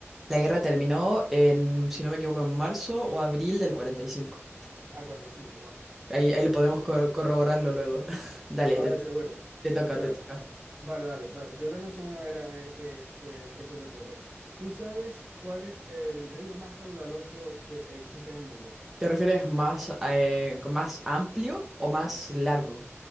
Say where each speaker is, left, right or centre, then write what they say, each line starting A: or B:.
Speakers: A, in the centre; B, on the right (about 45°).
A: La guerra terminó en, si no me equivoco, en marzo o abril del 45.
B: Ah, 45. bueno,
A: Ahí, ahí
B: me
A: lo podemos
B: peleé por
A: cor-
B: un año.
A: corroborarlo luego. <laughs> Dale,
B: Vale,
A: te, te-
B: seguro.
A: te toca,
B: Pero,
A: te toca.
B: vale, vale, vale. Yo te lanzo una a ver, a ver qué, qué, qué se te ocurre. ¿Tú sabes cuál es el río más caudaloso que existe en el mundo?
A: ¿Te refieres más, a, eh, más amplio o más largo?